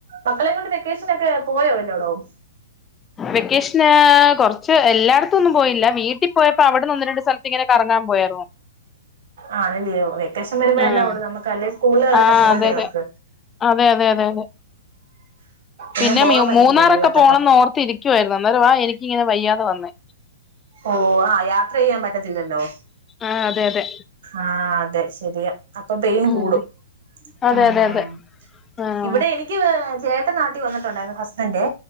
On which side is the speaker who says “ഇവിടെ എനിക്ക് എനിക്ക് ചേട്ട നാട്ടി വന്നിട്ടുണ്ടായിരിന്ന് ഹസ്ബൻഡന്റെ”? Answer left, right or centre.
Right